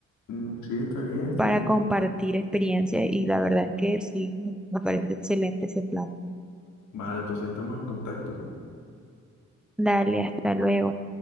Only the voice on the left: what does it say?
Mm, sí, está bien, está
bien.
Vale, entonces ahí estamos en contacto.